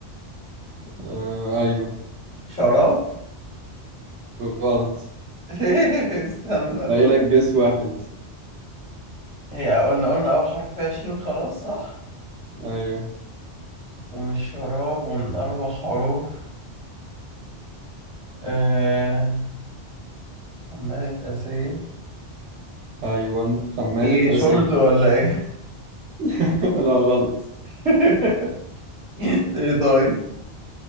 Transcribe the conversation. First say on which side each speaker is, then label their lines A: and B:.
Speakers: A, on the right (about 70°); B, on the right (about 15°).
A: آه ايوه
B: شراب
A: غلط
B: <laughs> استنى
A: باقي
B: طيب
A: لك جس واحد
B: هي قلنا قلنا أول حرف فيها شين خلاص صح
A: ايوه
B: ومش شراب ومن أربع حروف آه... عمالة أسية
A: ايوه حمالة
B: إيه شورت
A: آسية
B: ولا إيه
A: <laughs> لا غلط
B: <laughs> إيه طيب